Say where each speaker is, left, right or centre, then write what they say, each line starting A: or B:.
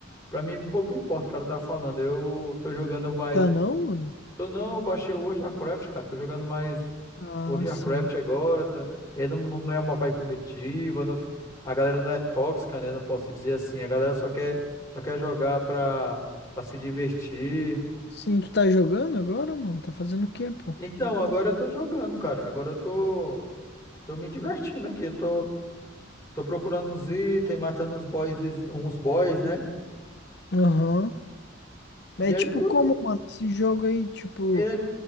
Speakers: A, on the left; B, on the left.
A: pra mim pouco importa o cara tá falando. Eu tô jogando mais
B: Tá não, mano?
A: Tô não, baixei o World of Warcraft, cara. Tô jogando mais
B: Ah,
A: World of
B: sim.
A: Warcraft agora. Tá... É, não, não não é uma vibe competitiva. não- A galera não é tóxica, né? Não posso dizer assim. A galera só quer, só quer jogar pra, pra se divertir.
B: Sim, tu tá jogando agora, mano? Tá fazendo o quê, pô?
A: Então, agora eu tô jogando, cara. Agora eu tô, tô me divertindo aqui. Eu tô, tô procurando uns itens, matando uns boys, uns boys, né?
B: Aham. É
A: E aí
B: tipo
A: tô
B: como,
A: aqui.
B: mano, esse jogo aí, tipo,
A: É
B: tá